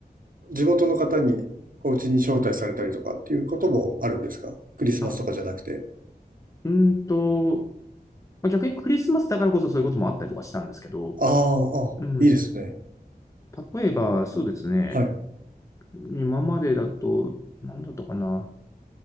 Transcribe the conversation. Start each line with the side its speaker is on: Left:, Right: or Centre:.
Right: 地元の方にお家に招待されたりとかっていうこともあるんですかクリスマスとかじゃなくて。
Left: あ、うーんと、まあ、逆にクリスマスだからこそそういうこともあったりとかしたんですけど、
Right: ああ、ああいいですね。
Left: うん。例えば、そうですね。
Right: はい、
Left: 今までだと、何だったかな。